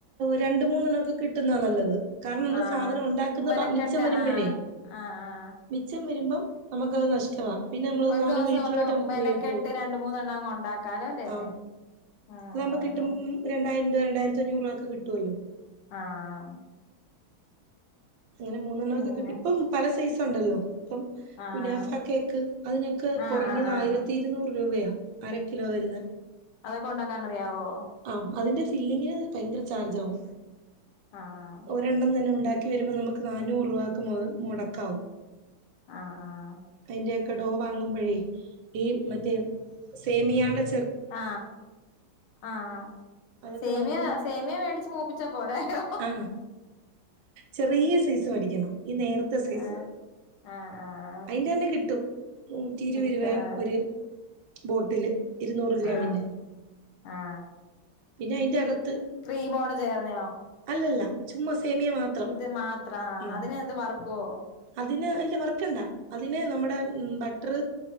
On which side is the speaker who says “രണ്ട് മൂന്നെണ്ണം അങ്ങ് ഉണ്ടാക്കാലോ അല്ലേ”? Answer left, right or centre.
Left